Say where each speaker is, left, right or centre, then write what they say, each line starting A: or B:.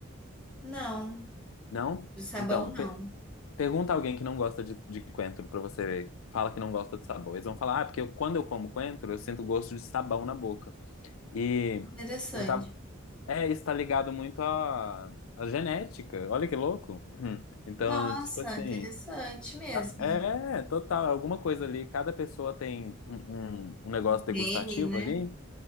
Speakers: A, in the centre; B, on the left.
A: Não,
B: Não?
A: de sabão
B: Então,
A: não.
B: pe- pergunta alguém que não gosta de, de coentro pra você ver. Fala que não gosta de sabor. Eles vão falar, ah, porque eu- quando eu como coentro, eu sinto gosto de sabão na boca. E
A: Interessante.
B: eu tava. É, isso tá ligado muito à, à genética. Olha que louco. Hum. Então,
A: Nossa,
B: tipo assim.
A: interessante mesmo.
B: a- É, total. é Alguma coisa ali. Cada pessoa tem um, um, um negócio
A: Gene,
B: degustativo
A: né?
B: ali